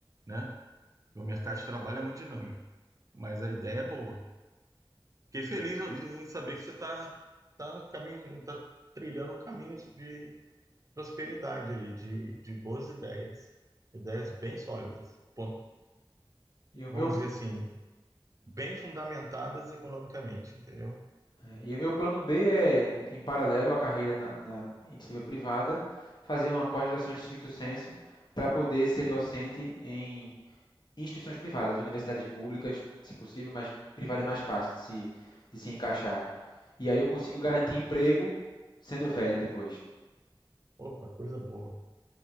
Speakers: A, on the right; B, on the left.
A: né? O mercado de trabalho é muito dinâmico, mas a ideia é boa. Fiquei feliz em saber que você está tá tá caminho, tá trilhando um caminho de prosperidade aí, de, de boas ideias, ideias bem sólidas, Bom,
B: E o
A: vamos
B: meu,
A: dizer assim, bem fundamentadas economicamente, entendeu?
B: é, e o meu plano B é, em paralelo à carreira na, na iniciativa privada, fazer uma pós-graduação em stricto sensu para poder ser docente em instituições privadas, universidades públicas, se possível, mas privada é mais fácil de se, de se encaixar. E aí eu consigo garantir emprego sendo velho depois.
A: Opa, coisa boa.